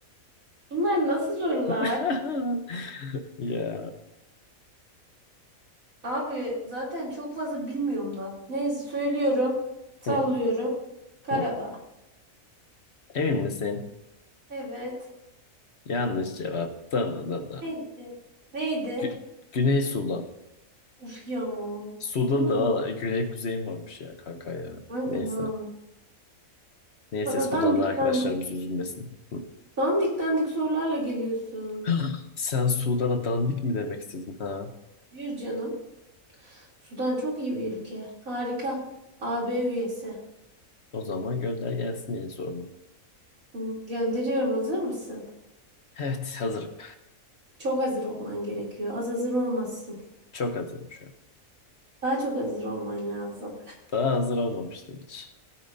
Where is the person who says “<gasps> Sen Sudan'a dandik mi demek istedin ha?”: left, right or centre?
Left